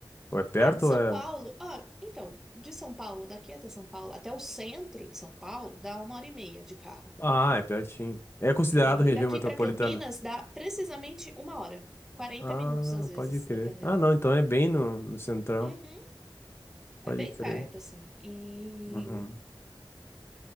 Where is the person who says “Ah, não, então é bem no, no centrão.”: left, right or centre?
Left